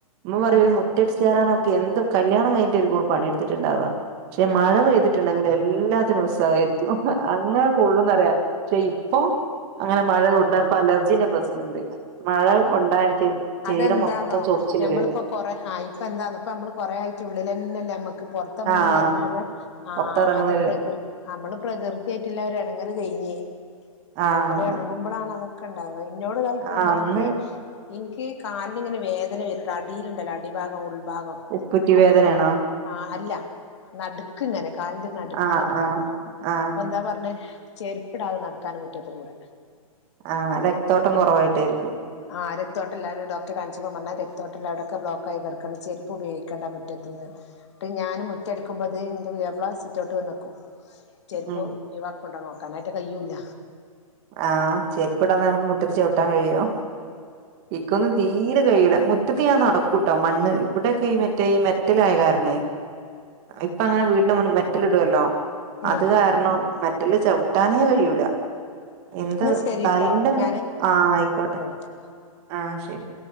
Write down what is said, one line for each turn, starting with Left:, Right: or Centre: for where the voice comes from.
Right: മ്മ പറയും
Left: ഉം
Right: ഒരു മുറ്റടിച്ചാരാനൊക്കെ എന്ത് കല്യാണം കഴിഞ്ഞിട്ട് ഒരു കൂടെ പണി എടുത്തിട്ടുണ്ടാവാ പക്ഷെ മഴ പെയ്തിട്ടുണ്ടെങ്കിൽ എല്ലാത്തിനും ഉത്സാഹയിരിക്കും അങ്ങനെ കൊള്ളൂന്നറിയ. ക്ഷെ ഇപ്പൊ അങ്ങനെ മഴ കൊണ്ട ഇപ്പ അലർജീന്റെ പ്രശ്നിണ്ട് മഴ കൊണ്ടായനിക്ക് ശരീരം
Left: അതെന്താന്നോ
Right: മൊത്തം ചൊറിച്ചില്
Left: ഞമ്മളിപ്പോ
Right: വരും.
Left: കൊറെ ആഹ് ഇപ്പൊ എന്താന്ന ഇപ്പ നമ്മള് കൊറേ ആയിട്ട് ഉള്ളിലന്നെല്ലേ നമുക്ക് പൊറത്തമ്മളങ്ങനെ
Right: ആഹ്
Left: ഇറങ്ങാതെ ആഹ്
Right: പുറത്തിറങ്ങുന്ന
Left: അത് പ്രകൃതി നമ്മള് പ്രകൃതി ആയിട്ടില്ലാരു ഇണങ്ങല് കയിഞ്ഞ്
Right: ആഹ്
Left: നമ്മള് ഇണങ്ങുമ്പോളാണ് അതൊക്കെ ക്കിണ്ടാവ എന്നോട് ഞാൻ ഇപ്പളും
Right: ആഹ്
Left: പറയും
Right: അന്ന്
Left: ഇൻക്ക് കാലിൽ ഇങ്ങനെ വേദന വരുട്ട അടീലുണ്ടല്ലോ അടി ഭാഗം ഉൾ ഭാഗം.
Right: ഉപ്പുറ്റി
Left: അപ്പ
Right: വേദനയാണോ
Left: ഇന്നോട് ആഹ് അല്ല. നടുക്ക് ഇങ്ങനെ കാലിന്റെ നടുക്ക്
Right: ആഹ് ആഹ് ആഹ്
Left: ഇപ്പൊ എന്താ പറഞ്ഞേ? ചെരിപ്പിടാതെ നടക്കാനും മുറ്റത്ത് കൂടെ.
Right: ആഹ് രക്തോട്ടം കുറവായിട്ടായിരിക്കും.
Left: ആഹ് രക്തോട്ടില്ലാണ്ട് ഡോക്റെ കാണിച്ചപ്പോ പറഞ്ഞ് അത് രക്തോട്ടില്ല അവിടെയക്കെ ബ്ലോക്കായി കെടക്കാണ് ചെരുപ്പ് ഉപയോഗിക്കണ്ട മുറ്റത്തുന്നറഞ്. ട്ട് ഞാൻ മുറ്റ അടിക്കുമ്പോത് ഇൻ്റെ പുയ്യാപ്ല സിറ്റോട്ട് വന്നിക്കും ചെരുപ്പ്
Right: ഉം
Left: ഒയ്‌വാക്കുണ്ടോ നോക്കാൻ അയ്നതായിറ്റ് കയ്യൂല്ല.
Right: ആഹ് ചേരുപ്പിടാതെ നമുക്ക് മുറ്റത്ത് ചവിട്ടാൻ കഴിയോ ഇക്കൊന്ന് തീരെ കൈയ്യുല മുറ്റത്ത് ഞാൻ നടക്കൂട്ടോ മണ്ണ് ഇവിടെയൊക്കെ ഈ മറ്റേ ഈ മെറ്റലായകാരണെ ഇപ്പ അങ്ങനെ വീട്ടിന്റെ മുന്ന് മെറ്റലിടുല്ലോ
Left: ഉം
Right: അത് കാരണം മെറ്റല് ചവിട്ടാനേ കഴിയൂല. എന്ത്
Left: എന്നാ ശരിട്ടോ
Right: തല്ണ്ട്
Left: ഞാന്
Right: ആഹ് ആയിക്കോട്ടെ
Left: വിളിക്ക വിളിക്ക
Right: ആഹ് ശരി.